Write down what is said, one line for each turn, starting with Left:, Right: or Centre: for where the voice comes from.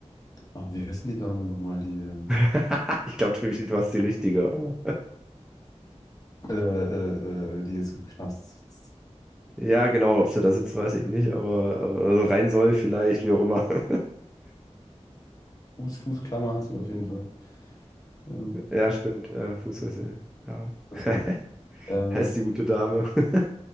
Left: Ach, wie heißen die Dame nochmal, die, ähm,
Centre: <laughs> Ich glaube, du hast die richtige. Oh.
Left: äh, äh, äh, die jetzt im Knast sitzt?
Centre: Ja, genau, ob sie da sitzt, weiß ich nicht, aber, aber also rein soll vielleicht, wie auch immer. <laughs>
Left: Fuß, Fußklammer hat sie auf jeden Fall. Ja,
Centre: Ja, stimmt, äh, Fußfessel. Ja.
Left: klasse.
Centre: <laughs>
Left: Ähm,
Centre: Heißt die gute Dame. <laughs>